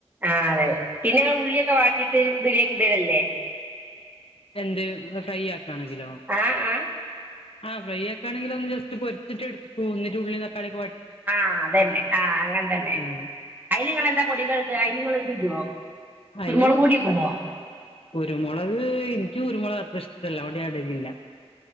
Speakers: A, on the right (about 15°); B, on the left (about 60°).
A: ആ അതെ പിന്നെ ഉള്ളിയൊക്കെ വാട്ടിട്ട് ഇതയിലേക്ക് ഇടലല്ലെ
B: എന്ത് നമ്മള് ഫ്രൈ ആ ക്കാണെങ്കിലൊ
A: ആ ആ
B: ആഹ് ഫ്രൈ ആക്കാണെങ്കിൽ ഒന്ന് ജസ്റ്റ് പൊരിച്ചിട്ട് ഇട്ക്കും എന്നിട്ട് ഉള്ളിം തക്കാളിം
A: ആഹ് അതന്നെ ആഹ് അങ്ങനെ തന്നെ
B: ഉം
A: അയിൽ ഇങ്ങെളെന്താ പൊടികൾ ഇടാ അയിൽ ഇങ്ങള് ഇത് ഇടോ
B: അതില്
A: കുരുമുളക് പൊടിയിടുമോ
B: കുരുമുളക് എനിക്ക് കുരുമുളക് അത്ര ഇഷ്ടല്ലാ അതോണ്ട് ഞാൻ ഇടലില്ല